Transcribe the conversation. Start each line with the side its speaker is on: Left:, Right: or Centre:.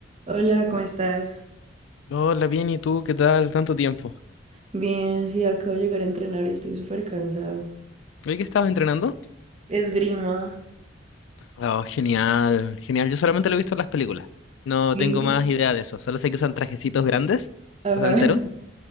Right: Hola, ¿cómo estás?
Left: Hola, bien, ¿y tú? ¿Qué tal? Tanto tiempo.
Right: Bien, sí, acabo de llegar a entrenar y estoy súper cansada.
Left: ¿Hoy que estabas entrenando?
Right: Esgrima.
Left: Oh, genial, genial. Yo solamente lo he visto en las películas. No
Right: Sí.
Left: tengo más idea de eso. Solo sé que usan trajecitos grandes,
Right: Ajá.
Left: o sea, enteros,
Right: <clears throat> <laughs>